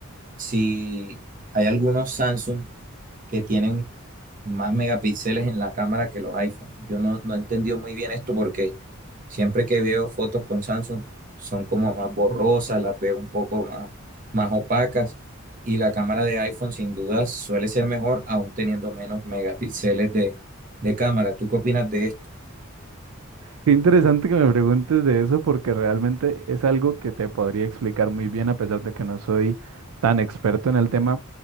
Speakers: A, on the right; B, on the right.
A: si hay algunos Samsung que tienen más megapíxeles en la cámara que los iPhone. Yo no, no he entendido muy bien esto porque siempre que veo fotos con Samsung son como más borrosas, las veo un poco más, más opacas y la cámara de iPhone sin duda suele ser mejor aún teniendo menos megapíxeles de, de cámara. ¿Tú qué opinas de esto?
B: Qué interesante que me preguntes de eso porque realmente es algo que te podría explicar muy bien a pesar de que no soy tan experto en el tema.